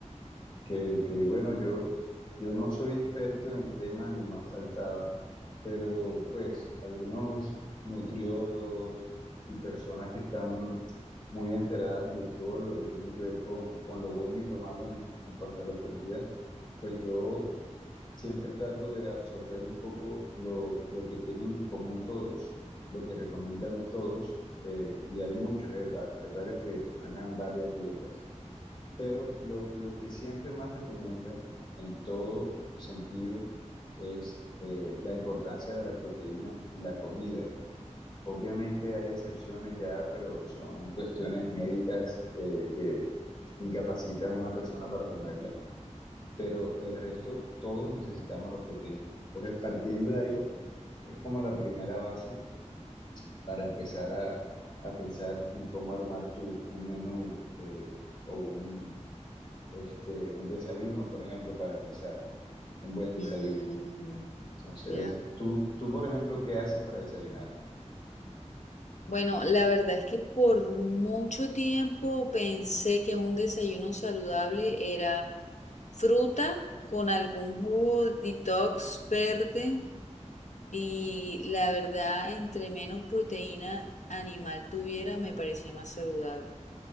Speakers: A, on the left; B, on the left.
A: Que, que, bueno, yo, yo no soy experto en el tema, ni más faltaba, pero pues algunos nutriólogos y personas que están muy enteradas de todo lo que tiene que ver con, con lo bueno y lo malo en, en cuanto a la comida, pues yo siempre trato de absorber un poco lo, lo que tienen en común todos, lo que recomiendan todos, eh, y hay muchos, eh, va- hay varios que manejan varias dietas. Pero lo, lo que siempre más recomiendan en todo sentido es eh, la importancia de la proteína en la comida. Obviamente hay excepciones ya, pero son cuestiones médicas eh, que incapacitan a una persona para comerla. Pero del resto, todos necesitamos la proteína. Entonces, partiendo de ahí, es como la primera base para empezar a, a pensar en cómo armar tu, un menú eh, o un, este, un desayuno, por ejemplo, para empezar, un buen desayuno.
B: Mm,
A: Entonces,
B: ya.
A: tú, tú, por ejemplo, ¿qué haces para desayunar?
B: Bueno, la verdad es que por mucho tiempo pensé que un desayuno saludable era fruta con algún jugo detox verde y la verdad, entre menos proteína animal tuviera, me parecía más saludable.